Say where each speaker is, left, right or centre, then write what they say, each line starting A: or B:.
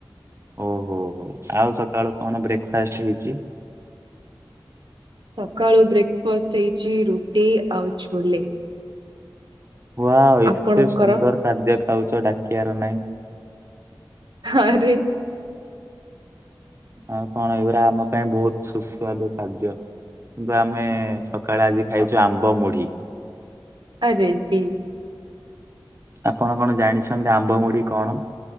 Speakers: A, on the right; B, on the right.
A: ଓହୋ ହୋ ଆଉ ସକାଳୁ କଣ ବ୍ରେକ୍ ଫାଷ୍ଟ୍ ହେଇଛି?
B: ସକାଳୁ ବ୍ରେକ୍ ଫାଷ୍ଟ ହେଇଛି ରୁଟି ଆଉ ଛୋଲେ।
A: ୱାଉ ଏତେ
B: ଆପଣଙ୍କର
A: ସୁନ୍ଦର ଖାଦ୍ୟ ଖାଉଛ ଡାକିବାର ନାଇଁ।
B: ଆରେ।
A: ଆଉ କଣ ଏଇଗୁଡା ଆମ ପାଇଁ ବହୁତ ସୁସ୍ୱାଦ ଖାଦ୍ୟ। କିନ୍ତୁ ଆମେ ସକାଳେ ଆଜି ଖାଇଛୁ ଆମ୍ବ ମୁଢି।
B: ଆ ରେଡ୍ଡୀ।
A: ଆପଣ କଣ ଜାଣିଛନ୍ତି ଆମ୍ବ ମୁଢି କଣ?